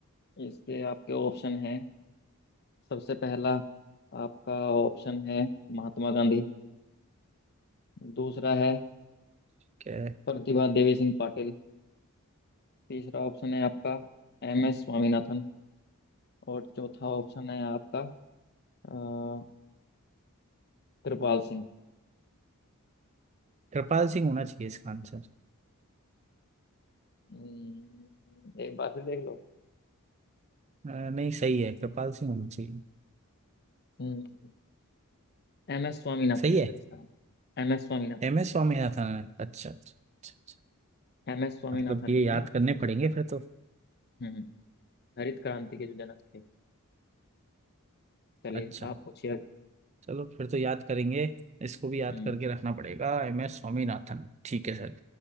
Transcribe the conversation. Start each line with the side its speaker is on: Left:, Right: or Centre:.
Left: इसके आपके ऑप्शन हैं सबसे पहला आपका ऑप्शन है महात्मा गांधी दूसरा है
Right: क्या है?
Left: प्रतिभा देवी सिंह पाटिल तीसरा ऑप्शन है आपका एम एस स्वामीनाथन और चौथा ऑप्शन है आपका अ, कृपाल सिंह
Right: कृपाल सिंह होना चाहिए इसका आंसर
Left: हम्म, एक बार फिर देख लो
Right: अ, नहीं सही है कृपाल सिंह होना चाहिए
Left: हम्म, एम एस स्वामीनाथन
Right: सही
Left: है
Right: है
Left: सर इसका M S Swaminathan
Right: एम एस स्वामीनाथन अच्छा अच्छा अच्छा अच्छा।
Left: M S Swaminathan
Right: मतलब ये याद
Left: है जो
Right: करने पड़ेंगे फिर तो
Left: हम्म हरित क्रांति के जो जनक थे चलिए
Right: अच्छा
Left: आप पूछिए अब
Right: चलो फिर तो याद करेंगे इसको भी याद
Left: हम्म
Right: करके रखना पड़ेगा एम एस स्वामीनाथन ठीक है सर